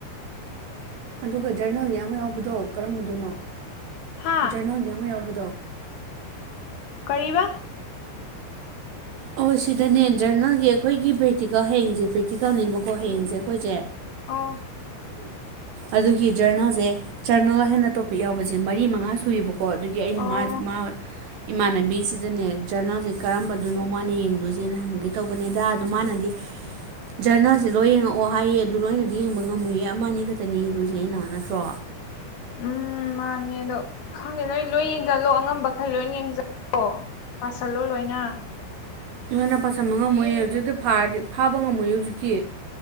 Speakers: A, on the right; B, on the left.
A: ꯑꯗꯨꯒ ꯖꯔꯅꯦꯜꯒꯤ ꯑꯃ ꯌꯥꯎꯕꯗꯣ ꯀꯔꯝꯕꯗꯅꯣ
B: ꯍꯥ
A: ꯖꯔꯅꯦꯜꯒꯤ ꯑꯃ ꯌꯥꯎꯕꯗꯣ
B: ꯀꯔꯤꯕ
A: ꯑꯣ ꯁꯤꯗꯅꯦ ꯖꯔꯅ‌ꯦꯜꯒꯤ ꯑꯩꯈꯣꯏꯒꯤ ꯄ꯭ꯔꯦꯛꯇꯤꯀꯜ ꯍꯌꯦꯡꯁꯦ ꯄ꯭ꯔꯦꯛꯇꯤꯀꯜꯅꯦꯕꯀꯣ ꯍꯌꯦꯡꯁꯦ ꯑꯩꯈꯣꯏꯁꯦ
B: ꯑꯣ
A: ꯑꯗꯨꯒꯤ ꯖꯔꯅꯦꯜꯁꯦ ꯖꯔꯅꯦꯜ ꯍꯥꯏꯅ ꯇꯣꯞ ꯌꯥꯎꯕꯖ‌ꯦ ꯃꯔꯤ ꯃꯉꯥ ꯁꯨꯏꯕꯀꯣ ꯑꯗꯨꯒꯤ ꯑꯩꯅ
B: ꯑꯣ
A: ꯃꯥ ꯃꯥ ꯏꯃꯥꯟꯅꯕꯤꯁꯤꯗꯅꯦ ꯖꯔꯅꯦꯜꯁꯦ ꯀꯔꯝꯕꯗꯨꯅꯣ ꯃꯥꯅ ꯌꯦꯡꯗꯣꯏꯖ‌ꯦꯅ ꯍꯪꯒꯦ ꯇꯧꯕꯅꯦꯗ ꯑꯗꯨ ꯃꯥꯅꯗꯤ ꯖꯔꯅꯦꯜꯁꯦ ꯂꯣꯏ ꯌꯦꯡꯉꯛꯑꯣ ꯍꯥꯏꯌꯦ ꯑꯗꯨ ꯂꯣꯏꯅꯗꯤ ꯌꯦꯡꯕ ꯉꯝꯃ‌ꯣꯌꯦ ꯑꯃ ꯑꯅꯤ ꯈꯛꯇꯅꯤ ꯌꯦꯡꯗꯣꯏꯖ‌ꯦ ꯑꯩꯅ ꯅꯠꯇ꯭ꯔꯣ
B: ꯎꯝ ꯃꯥꯅꯦ ꯑꯗꯣ ꯈꯪꯗꯦ ꯅꯣꯏ ꯂꯣꯏ ꯌꯦꯡꯖꯜꯂꯣ ꯑꯉꯝꯕꯈꯩ ꯂꯣꯏ ꯌꯦꯡꯖꯜ <unintelligible> ꯄꯥꯁꯜꯂꯣ ꯂꯣꯏꯅ
A: ꯅꯣꯏꯅ ꯄꯥꯁꯟꯕ ꯉꯝꯃꯣꯏꯌꯦ ꯍꯧꯖꯤꯛꯇꯤ ꯐꯥꯔꯗꯤ ꯐꯥꯕ ꯉꯝꯃꯣꯏꯌ‌ꯦ ꯍꯧꯖꯤꯛꯇꯤ